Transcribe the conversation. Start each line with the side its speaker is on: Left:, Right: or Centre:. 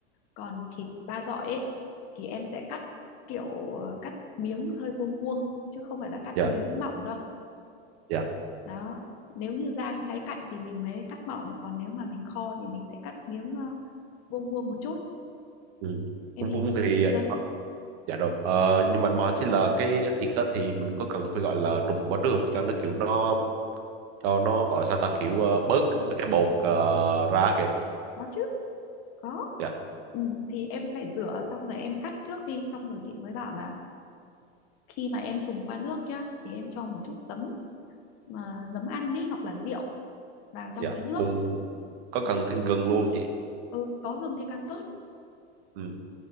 Left: còn thịt ba dọi ấy thì em sẽ cắt kiểu ờ, cắt miếng hơi vuông vuông chứ không phải là cắt
Right: dạ
Left: miếng mỏng đâu.
Right: dạ
Left: Đó, nếu như rang cháy cạnh thì mình mới cắt mỏng, còn nếu mà mình kho thì mình sẽ cắt miếng ờ, vuông vuông một chút.
Right: ừ.
Left: Em
Right: Cũng
Left: hình
Right: Vung
Left: dung
Right: thì
Left: ra được chưa?
Right: Dạ rồi. Ờ, nhưng mà MySQL cái thịt á, thì mình có cần phải gọi là trùng quá đường cho nó kiểu nó cho nó gọi sao ta kiểu ờ, bớt mấy cái bột ờ, ra kìa.
Left: Có chứ, có.
Right: Dạ,
Left: Ừ, thì em phải rửa xong rồi em cắt trước đi, xong rồi chị mới bảo là khi mà em trùng qua nước nhá thì em cho một chút giấm ờ, giấm ăn ấy hoặc là rượu vào trong
Right: dạ.
Left: cái nước.
Right: Cùng có cần
Left: Ừ,
Right: thêm gừng luôn không chị?
Left: ừ có gừng thì càng tốt
Right: Ừ.